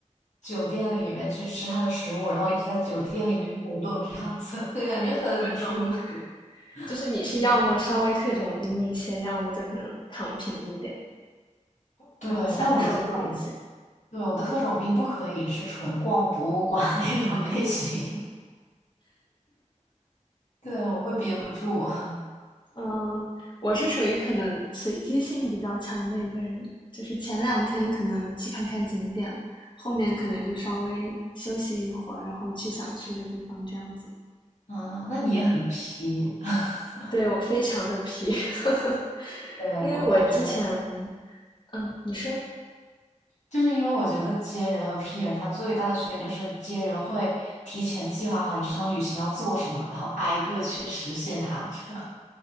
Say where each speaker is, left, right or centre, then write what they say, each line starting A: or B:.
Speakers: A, on the left; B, on the left.
A: 酒店里面去吃它的食物，然后一直在酒店里面活动，这样子 <laughs> 就感觉很舒服。
B: 我懂，就是你是要么稍微特种兵一些，
A: 对
B: 要么就可能躺平一点，
A: 对，
B: 然后享受多一些。
A: 但我的特种，对我的特种兵不可以是纯逛博物馆 <laughs> 那种类型，<laughs> 对我会憋不住。<laughs>
B: 嗯，我是属于可能随机性比较强的一个人，就是前两天可能去看看景点，后面可能就稍微休息一会儿，然后去想去的地方这样子。
A: 啊，那你也很皮。<laughs>
B: 对，我非常的皮，<laughs>
A: 对，
B: 因为我之前，
A: 我感觉。
B: 嗯，你说，
A: 就是因为我觉得接人和批人，它最大的区别就是接人会提前计划好你这场旅行要做什么，然后挨个去实现它，这样